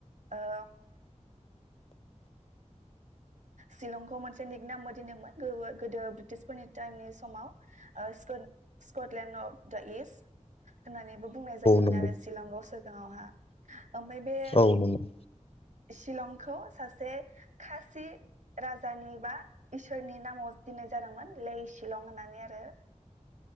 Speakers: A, on the right; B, on the left.
A: ओ शिलंखौ मोनसे निक नामबो दिनदोंमोन गोदो ब्रिटिसफोरनि टाइमनि समाव ओ स्कट-स्कटलेण्ड अफ दा इस्ट होननानैबो बुंनाय जायोमोन
B: नंगौ
A: आरो शिलंगसो गावहा आमफाय बे
B: औ नंगौ
A: शिलंखौ सासे सासे राजानि बा इसोरनि नामाव दिननाय जादोंमोन ले शिलं होननानै आरो